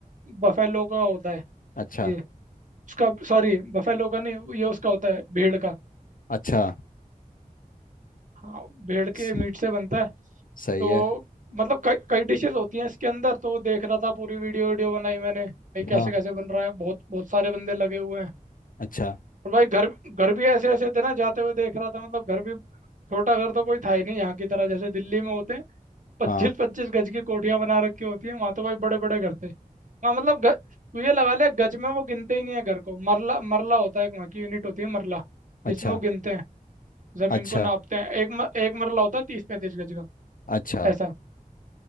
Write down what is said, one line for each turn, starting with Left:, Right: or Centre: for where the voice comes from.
Right: बफेलो का होता है
Left: अच्छा
Right: ये उसका सॉरी बफेलो का नहीं ये उसका होता है भेड़ का
Left: अच्छा
Right: हाँ भेड़ के
Left: स-
Right: मीट से बनता है
Left: सही
Right: तो
Left: है
Right: मतलब कई कई डिशेस होती हैं इसके अंदर तो वो देख रहा था पूरी वीडियो वीडियो बनाई मैंने भाई कैसे
Left: हाँ
Right: कैसे बन रहा है बहुत बहुत सारे बंदे लगे हुए हैं
Left: अच्छा
Right: और भाई घर घर भी ऐसे ऐसे थे ना जाते हुए देख रहा था मतलब घर भी छोटा घर तो कोई था ही नहीं यहाँ की तरह जैसे दिल्ली में होते हैं पच्चीस
Left: हाँ
Right: पच्चीस गज की कोठियां बना रखी होती हैं वहां तो भाई बड़े बड़े घर थे वहाँ मतलब ग, तू ये लगा ले गज में वो गिनते ही नहीं है घर को मरला मरला होता है एक वहाँ की यूनिट होती है मरला
Left: अच्छा
Right: जिसमें वो गिनते हैं जमीन
Left: अच्छा
Right: को नापते हैं एक म, एक मरला होता है तीस पैंतीस गज का
Left: अच्छा
Right: ऐसा